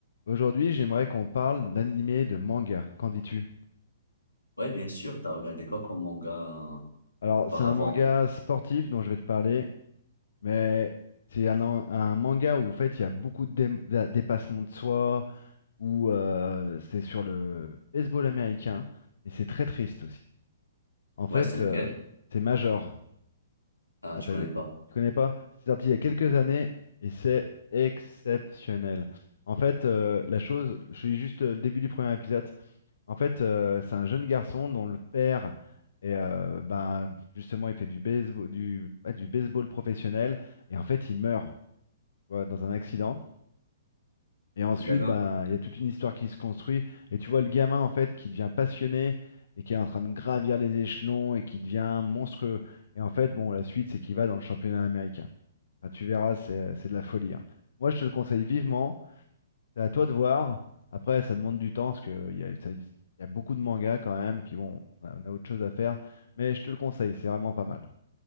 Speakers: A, on the left; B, on the left.
A: Aujourd'hui, j'aimerais qu'on parle d'animé de manga. Qu'en dis-tu?
B: Ouais, bien sûr, t'as regardé quoi comme manga euh,
A: Alors,
B: auparavant?
A: c'est un manga sportif dont je vais te parler, mais c'est un, an- un manga où en fait il y a beaucoup de dé- dé- dépassement de soi, où euh, c'est sur le baseball américain, mais c'est très triste aussi. En fait,
B: Ouais, c'est lequel?
A: euh, c'est Major.
B: Ah,
A: Ça s'appelle.
B: je connais pas.
A: Tu connais pas? C'est sorti il y a quelques années et c'est exceptionnel. En fait, euh, la chose, je suis juste euh, le début du premier épisode. En fait, euh, c'est un jeune garçon dont le père est, euh, ben, justement, il fait du baseball, du, ouais, du baseball professionnel et en fait, il meurt tu vois, dans un accident. Et ensuite,
B: D'accord.
A: ben, il y a toute une histoire qui se construit et tu vois le gamin en fait qui devient passionné et qui est en train de gravir les échelons et qui devient monstrueux. Et en fait, bon, la suite, c'est qu'il va dans le championnat américain. Enfin, tu verras, c'est c'est de la folie. hein. Moi, je te le conseille vivement. C'est à toi de voir. Après, ça demande du temps parce qu'il y a, ça- il y a beaucoup de mangas quand même. Puis bon, on a, on a autre chose à faire. Mais je te le conseille, c'est vraiment pas mal.